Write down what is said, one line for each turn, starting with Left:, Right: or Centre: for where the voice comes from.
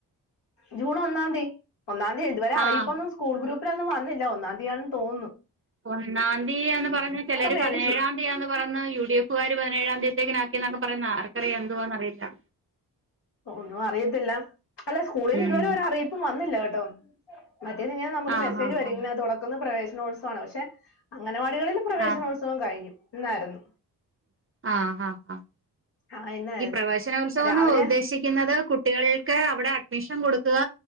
Left: ജൂൺ ഒന്നാന്തി ഒന്നാന്തിതുവരെ അറീപ്പൊന്നും
Right: ആഹ്
Left: സ്കൂൾ പ്പൊന്നും വന്നില്ല ഒന്നാന്തി ആണെന്ന്തോന്നുന്നു
Right: ഒന്നാന്തിയാന്ന് പറയ്ന്ന് ചിലര്
Left: മേടിച്ചു
Right: പതിനേഴാം തീതിയാന്ന് പറുയ്ന്ന് യു ഡി എഫുകാര് പതിനേഴാം തീയതിത്തേക്ക്‌ എന്നൊക്കെ പറയുന്നു ആർക്കറിയാം എന്തുവാന്നറിയില്ല
Left: ഒന്നും അറിയത്തില്ല അല്ല സ്കൂളീന്നിതുവരെ
Right: ഉം
Left: ഒരു അറീപ്പും വന്നില്ല <unintelligible> മറ്റേത്ങ്ങനെ നമക്ക്‌
Right: ആഹ്
Left: മെസജ്
Right: ആഹ്
Left: വരും തുറക്കുന്ന് പറഞ് നോട്സ് ആണ് പഷേ അംഗനവാടികളിൽ പ്രവേശനോത്സവം
Right: ആഹ്
Left: കഴിഞ്ഞു ഇന്നായിരുന്നു
Right: ആഹ് ആഹ് ആഹ്
Left: ആഹ് ഇന്നായിരുന്നു
Right: ഈ പ്രവേശനോത്സവോന്ന്
Left: രാവിലെ
Right: ഉദ്ദേശിക്കുന്നത് കുട്ടികൾടെ അവിടെ അഡ്മിഷൻ കൊടുക്കുക.